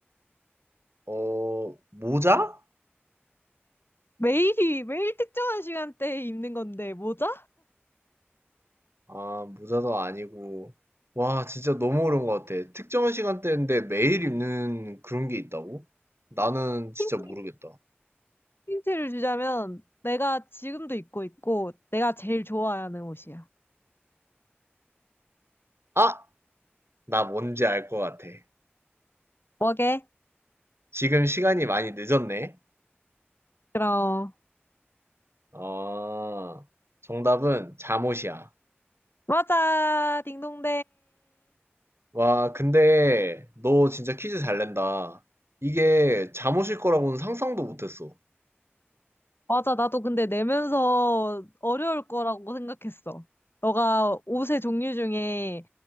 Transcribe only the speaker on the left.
매일이, 매일 특정한 시간대에 입는 건데, 모자?
힌-
힌트를 주자면, 내가 지금도 입고 있고, 내가 제일 좋아하는 옷이야.
뭐게?
그럼,
맞아. 딩동댕.
맞아, 나도 근데 내면서 어려울 거라고 생각했어. 너가 옷의 종류 중에